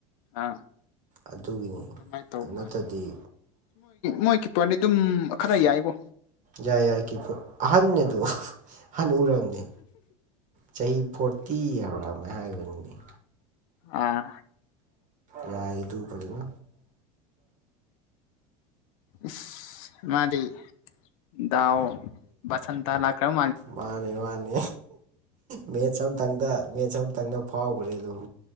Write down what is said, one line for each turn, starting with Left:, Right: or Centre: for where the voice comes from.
Left: ꯑ
Right: ꯑꯗꯨꯒꯤꯅꯤ
Left: ꯑꯗꯨꯃꯥꯏ ꯇꯧ ꯃꯥ
Right: ꯅꯠꯇꯗꯤ
Left: ꯃꯣꯏ ꯄ ꯑꯗꯨꯝ ꯈꯔ ꯌꯥꯏꯕꯣ
Right: ꯌꯥꯏ ꯌꯥꯏ ꯑꯍꯟꯅꯅꯦꯗ ꯑꯍꯟ ꯎꯔꯪꯅꯦ ꯆꯍꯤ ꯐꯣꯔꯇꯤ ꯍꯥꯏꯕ꯭ꯔꯅꯦ ꯍꯥꯏꯕꯅꯤꯅꯦ
Left: ꯑꯥ
Right: ꯌꯥꯏ ꯑꯗꯨꯕꯕ
Left: ꯏ ꯃꯥꯗꯤꯗꯎ ꯁꯟꯇ ꯂ ꯀ꯭ꯔꯝ
Right: ꯃꯥꯅꯤ ꯃꯥꯅꯦ ꯃꯦꯠꯁ ꯑꯃꯇꯪꯗ ꯃꯦꯠꯁ ꯑꯃꯇꯪꯗ ꯐꯥꯎꯈ꯭ꯔꯦ ꯑꯗꯨꯝ